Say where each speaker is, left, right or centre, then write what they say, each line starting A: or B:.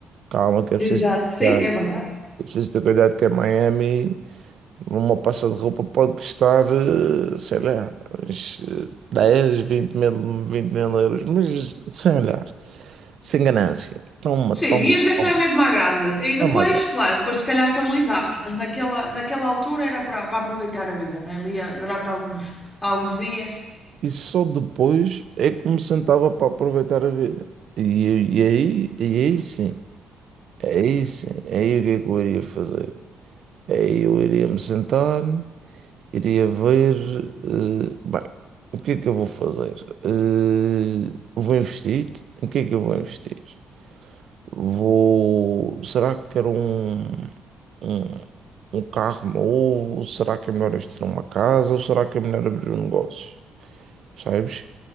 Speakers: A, on the right; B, on the left.
A: calma que é
B: Exato,
A: preciso ter
B: sim,
A: cuidado.
B: é verdade.
A: É preciso ter cuidado que em Miami uma peça de roupa pode custar, eh, sei lá, uns eh, 10, 20 mil, 20 mil euros, mas sem olhar, sem ganância. Toma, toma,
B: Sim, ias gastar
A: toma,
B: mesmo à grande. E depois,
A: mesmo à grande.
B: claro, depois se calhar estabilizavas, mas naquela, naquela altura era para para aproveitar a vida, não é? Ali ah, durante alguns, alguns dias.
A: E só depois é que me sentava para aproveitar a vida. E, e aí, e aí sim. É isso. é Aí o que é que eu iria fazer? É Aí eu iria me sentar, iria ver. eh, bem, o que é que eu vou fazer? Eh, vou investir? Em que é que eu vou investir? Vou. Será que quero um, um, um carro novo? Será que é melhor investir numa casa? Ou será que é melhor abrir um negócio? Sabes?